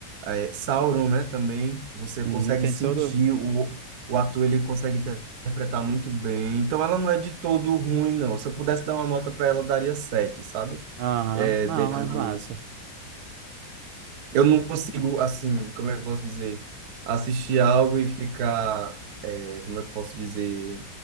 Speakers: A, on the right; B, on the right.
A: é, Sauron, né, também, você
B: Sim,
A: consegue
B: tem
A: sentir,
B: todo.
A: o, o ator ele consegue inter- interpretar muito bem. Então ela não é de todo ruim, não. Se eu pudesse dar uma nota para ela, eu daria 7, sabe?
B: Aham,
A: É,
B: Não,
A: dentro
B: mas
A: do...
B: massa.
A: Eu não consigo, assim, como é que eu posso dizer? Assistir algo e ficar... é, como é que eu posso dizer?